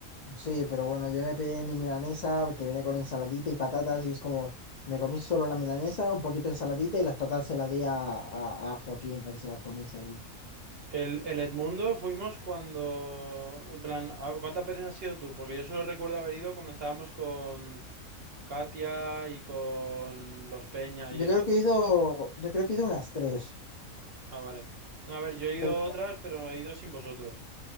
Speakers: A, on the left; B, on the right.
A: sí, pero bueno, yo me pedí mi milanesa que viene con ensaladita y patatas y es como, me comí solo la milanesa, un poquito de ensaladita y las patatas se las di a, a, a Joaquín para que se las comiese él.
B: El, el Edmundo fuimos cuando... En plan, a- ¿cuántas veces has ido tú? Porque yo solo recuerdo haber ido cuando estábamos con Katia y con los Peña
A: Yo
B: y eso.
A: creo que he ido, yo creo que he ido unas tres,
B: Ah, vale. No, a ver, yo he ido
A: pero
B: a otras, pero he ido sin vosotros.